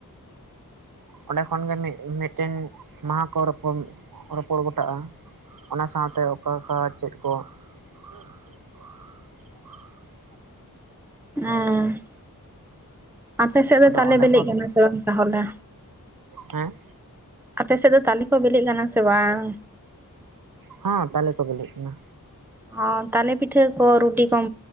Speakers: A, on the right (about 70°); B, in the centre.
A: ᱚᱸᱰᱮ ᱠᱷᱚᱱ ᱜᱮ ᱢᱤ ᱢᱤᱫᱴᱮᱱ ᱢᱟᱦᱟ ᱠᱚ ᱨᱚᱯᱚᱲ ᱨᱚᱯᱚᱲ ᱜᱚᱴᱟᱜᱼᱟ᱾ ᱚᱱᱟ ᱥᱟᱶᱛᱮ ᱚᱠᱟ ᱠᱟ ᱪᱮᱫ ᱠᱚ <inaudible>
B: ᱦᱮᱸ ᱟᱯᱮ ᱥᱮᱫ ᱫᱚ
A: ᱟᱫᱚ
B: ᱛᱟᱞᱮ
A: ᱚᱸᱰᱮ
B: ᱵᱤᱞᱤᱜ
A: ᱠᱷᱚᱱ
B: ᱠᱟᱱᱟ ᱥᱮ ᱵᱟᱝ ᱛᱟᱦᱚᱞᱮ?
A: ᱦᱮᱸ?
B: ᱟᱯᱮ ᱥᱮᱫ ᱫᱚ ᱛᱟᱞᱮ ᱠᱚ ᱵᱤᱞᱤᱜ ᱠᱟᱱᱟ ᱥᱮ ᱵᱟᱝ?
A: ᱦᱚᱸ ᱛᱟᱞᱮ ᱠᱚ ᱵᱤᱞᱤᱜ ᱠᱟᱱᱟ᱾
B: ᱚᱻ ᱛᱟᱞᱮ ᱯᱤᱴᱷᱟᱹ ᱠᱚ ᱨᱩᱴᱤ ᱠᱚᱢ